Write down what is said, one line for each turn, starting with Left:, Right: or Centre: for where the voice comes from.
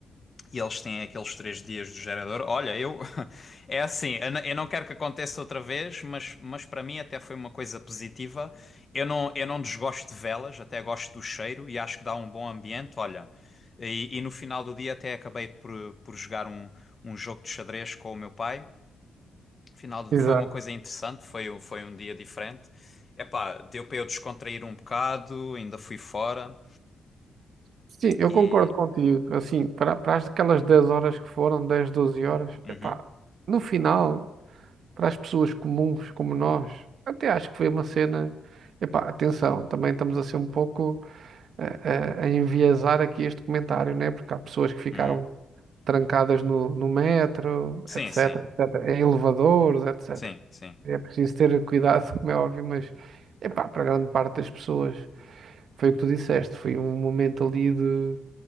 Left: E eles têm aqueles três dias do gerador. Olha, eu. <laughs> É assim, eu n- eu não quero que aconteça outra vez, mas, mas para mim até foi uma coisa positiva. Eu não, eu não desgosto de velas, até gosto do cheiro e acho que dá um bom ambiente. Olha, e, e no final do dia até acabei por, por jogar um, um jogo de xadrez com o meu pai. Final
Right: Exato.
Left: de- foi uma coisa interessante, foi, um- foi um dia diferente. Epá, deu para eu descontrair um bocado, ainda fui fora
Right: Sim, eu
Left: e.
Right: concordo contigo. Assim, para, para as- aquelas 10 horas que foram, 10, 12 horas,
Left: Uhum,
Right: epá, no final. para as pessoas comuns como nós. Até acho que foi uma cena. Epá, atenção, também estamos a ser um pouco eh, eh, a, enviesar aqui este comentário, né? Porque há pessoas que ficaram
Left: uhum.
Right: trancadas no, no metro,
Left: Sim,
Right: etc,
Left: sim,
Right: etc, em elevadores, etc.
Left: sim, sim,
Right: É preciso ter cuidado, como é óbvio, mas epá, para grande parte das pessoas foi o que tu disseste, foi um momento ali de,